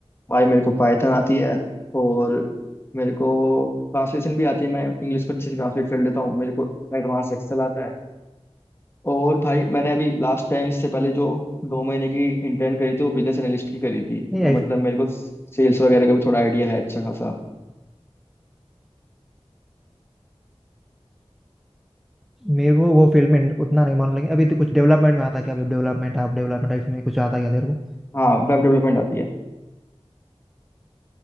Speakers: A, on the left; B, in the centre.
A: भाई मेरे को पाइथन आती है और मेरे को ट्रांसलेशन भी आती है मैं इंग्लिश को अच्छे से ट्रांसलेट कर लेता हूँ मेरे को एडवांस एक्सेल आता है और भाई मैंने अभी लास्ट टाइम इससे पहले जो दो महीने की इंटर्न करी थी वो बिजनेस एनालिस्ट की करी थी
B: नहीं
A: तो
B: ऐसा
A: मतलब मेरे को सेल्स वगैरह का भी थोड़ा आइडिया है अच्छा खासा
B: मेरे को वो फील्ड में उतना नहीं मालूम लेकिन अभी तो कुछ डेवलपमेंट में आता क्या वेब डेवलपमेंट ऐप डेवलपमेंट इसमें कुछ आता क्या तेरे को
A: हाँ वेब डेवलपमेंट आती है